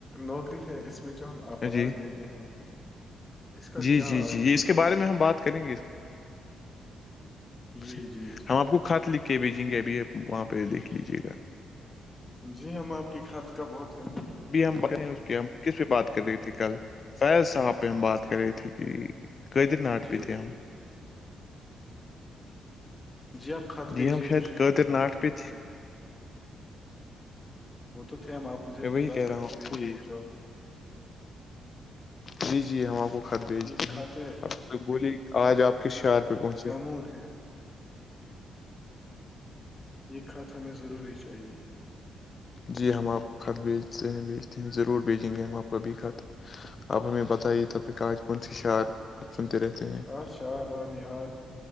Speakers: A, on the left (about 20°); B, on the left (about 45°).
A: نوکری ہے اس میں جو ہم آواز
B: جی
A: دیتے ہیں اس کا
B: جی
A: کیا
B: جی جی
A: آگے
B: یہ
A: ہوتا
B: اس کے بارے
A: ہے
B: میں ہم بات کریں گے اس کی
A: جی
B: سے
A: جی جی
B: ہم آپ کو خط لکھ کے بھیجیں گے ابھی وہاں پہ دیکھ لیجیے گا
A: جی ہم آپ کے خط کا بہت
B: بی ہم
A: کر
B: ب
A: رہے
B: کیا <unintelligible>
A: ہیں
B: کس پہ بات کر رہی تھی کل فیض صاحب پہ ہم بات کر رہے تھے کہ قیدر ناٹ
A: جی
B: پہ تھ ہم <unintelligible>
A: جی آپ خط
B: جی
A: بھیجیے
B: ہم شاید
A: مجھے
B: قیدر
A: میں آپ
B: ناٹ
A: کی
B: پہ
A: خط
B: تھے
A: کہہ د وہ تو تھے ہم آپ مجھے
B: میں
A: فی
B: وہی
A: الحال
B: کہہ رہا
A: کچ
B: ہوں آپ
A: بھیجیے
B: کو یہ
A: جو آپ
B: جی جی ہم آپ کو خط بھیجتے
A: یہ کھاتے
B: ہیں اب بولیے آج آپ کس شہر پہ پہنچے ہیں
A: کوون ہے یہ کھات ہمیں ضروری چاہیے
B: جی ہم آپ کو خط بیچتے ہیں بیچتے ہیں ضرور بھیجیں گے ہم آپ کابھی خط آپ ہمیں بتائیے تب پہ کہ کون سی شعر اب سنتے رہتے ہیں
A: آ شہاروانی آج